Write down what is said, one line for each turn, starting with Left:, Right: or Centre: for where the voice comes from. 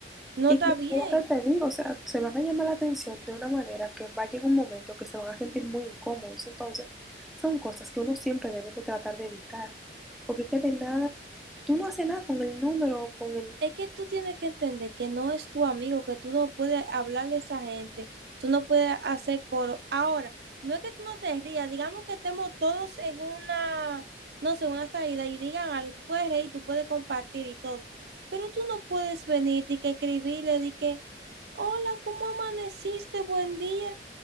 Right: No
Centre: Y
Right: está
Centre: es lo
Right: bien.
Centre: que te digo, o sea, se van a llamar la atención de una manera que va a llegar un momento que se van a sentir muy incómodos. Entonces, son cosas que uno siempre debe de tratar de evitar, porque es que de nada, tú no haces nada con el número, o con el
Right: Es que tú tienes que entender que no es tu amigo, que tú no puedes hablarle a esa gente, tú no puedes hacer coro. Ahora, no es que tú no te rías, digamos que estemos todos en una, no sé, una salida y digan algo, tú puedes reír, tú puedes compartir y todo, pero tú no puedes venir y que escribirle, di que, hola, ¿cómo amaneciste? Buen día.